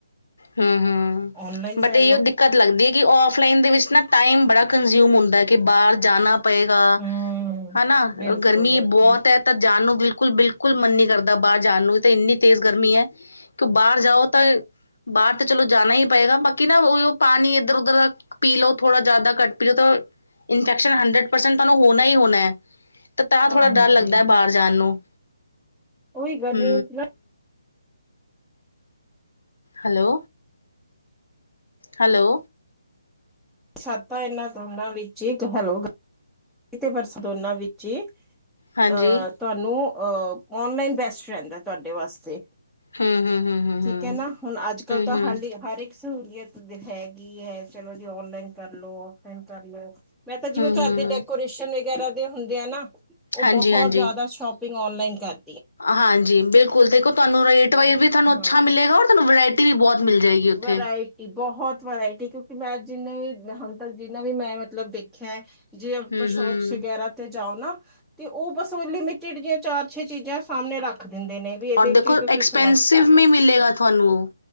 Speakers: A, on the left (about 75°); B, in the centre.
A: ਹੂੰ, ਹੂੰ,
B: ਔਨਲਾਈਨ
A: ਬਟ
B: ਕਰ
A: ਇਹ
B: ਲਓ
A: ਉਹ ਦਿੱਕਤ ਲੱਗਦੀ ਐ ਕਿ ਔਫਲਾਈਨ ਦੇ ਵਿੱਚ ਨਾ ਟਾਈਮ ਬੜਾ ਕੰਨਜ਼ਿਊਮ ਹੁੰਦਾ ਆ, ਕਿ ਬਾਹਰ ਜਾਣਾ ਪਏਗਾ,
B: ਹੂੰ,
A: ਹਨਾ
B: ਬਿਲਕੁਲ-ਬਿਲਕੁਲ,
A: ਗਰਮੀ ਬਹੁਤ ਆ ਤਾਂ ਜਾਣ ਨੂੰ ਬਿਲ ਬਿਲਕੁਲ ਬਿਲਕੁਲ ਮਨ ਨੀ ਕਰਦਾ ਬਾਹਰ ਜਾਣ ਨੂੰ ਤਾਂ ਇੰਨੀ ਤੇਜ਼ ਗਰਮੀ ਐ ਕਿ ਬਾਹਰ ਜਾਓ ਤਾਂ ਬਾਹਰ ਤਾਂ ਚਲੋ ਜਾਣਾ ਹੀ ਪਏਗਾ ਬਾਕੀ ਨਾ ਉਹ ਪਾਣੀ ਇੱਧਰ ਉੱਧਰ ਪੀ ਲਓ ਥੋੜ੍ਹਾ ਜ਼ਿਆਦਾ ਘੱਟ ਪੀ ਲਓ ਤਾਂ ਇੰਸਟਰਕਸ਼ਨ ਹੰਡਰਡ ਪਰਸੈਂਟ ਤੁਹਾਨੂੰ ਹੋਣਾ ਹੀ ਹੋਣਾ ਐ, ਤੇ ਤਾਂ
B: ਹਾਂਜੀ-ਹਾਂਜੀ।
A: ਥੋੜ੍ਹਾ ਡਰ ਲੱਗਦਾ ਹੈ ਬਾਹਰ ਜਾਣ ਨੂੰ।
B: ਉਹੀ ਗਰਮੀ
A: ਹੂੰ
B: ਨਾ
A: ਹੈਲੋ ਹੈਲੋ
B: ਸੱਤਾਂ ਇਹਨਾਂ ਦੋਨਾਂ ਵਿੱਚ ਏ ਇੱਕ ਹੈਲੋ ਤੇ ਪਰਸ ਦੋਨਾਂ ਵਿੱਚ ਏ।
A: ਹਾਂਜੀ
B: ਅਹ ਤੁਹਾਨੂੰ ਅਹ ਓਨਲਾਈਨ ਬੈਸਟ ਰਹਿੰਦਾ ਤੁਹਾਡੇ ਵਾਸਤੇ।
A: ਹੂੰ-ਹੂੰ-ਹੂੰ-ਹੂੰ-ਹੂੰ।
B: ਠੀਕ ਐ ਨਾ ਹੁਣ ਅੱਜਕੱਲ
A: ਹੂੰ-ਹੂੰ,
B: ਤਾਂ ਹਾਲ ਹਰ ਇੱਕ ਸਹੂਲੀਅਤ ਹੈਗੀ ਐਂ ਚਲੋ ਜੀ ਔਨਲਾਈਨ ਕਰਲੋ ਫਲਾਈਨ ਕਰਲੋ। ਮੈਂ ਤਾਂ ਜਿਵੇਂ
A: ਹੂੰ-ਹੂੰ,
B: ਘਰ ਦੇ ਡੈ ਵਗੈਰਾ ਦੇ ਹੁੰਦੇ ਆ ਨਾ, ਉਹ
A: ਹਾਂਜੀ-ਹਾਂਜੀ।
B: ਬਹੁਤ ਜ਼ਿਆਦਾ
A: ਹਾਂਜੀ ਹਾਂਜੀ
B: ਸ਼ੋਪਿੰਗ ਔਨਲਾਈਨ ਕਰ
A: ਹਾਂਜੀ ਬਿਲਕੁਲ ਦੇਖੋ ਤੁਹਾਨੂੰ ਰੇਟ ਵਾਈਜ਼
B: ਤੇ
A: ਵੀ ਤੁਹਾਨੂੰ ਅੱਛਾ
B: ਹਾਂ
A: ਮਿਲੇਗਾ ਔਰ ਤੁਹਾਨੂੰ ਵਰਾਇ ਵੀ ਬਹੁਤ ਮਿਲ ਜਾਏਗੀ ਉੱਥੇ।
B: ਵਰਾਇਟੀ ਬਹੁਤ ਵਰਾਇਟੀ ਕਿਉਂਕਿ ਮੈਂ ਜਿੰਨੇ ਵੀ ਹੁਣ ਤੱਕ ਜਿੰਨਾ ਵੀ ਮੈਂ ਮਤਲਬ ਦੇਖਿਆ ਐ ਜੇ
A: ਹੂੰ-ਹੂੰ
B: ਆਪਾਂ ਸ਼ੌਕਸ ਵਗੈਰਾ ਤੇ ਜਾਓ ਨਾ ਤੇ ਉਹ ਬਸ ਉਹ ਲਿਮਿਟਿਡ ਜੀਆ ਚਾਰ ਛੇ ਚੀਜ਼ਾਂ ਸਾਹਮਣੇ ਰੱਖ ਦਿੰਦੇ ਨੇ ਵੀ ਇਹਦੇ
A: ਔਰ ਦੇਖੋ
B: ਚ ਹੀ ਤੁਸੀਂ
A: ਐਕਸਪੈਂਸਿਵ
B: ਸਿਲੈਕਟ ਕਰ ਲਓ
A: ਵੀ ਮਿਲੇਗਾ ਤੁਹਾਨੂੰ ਉਹ।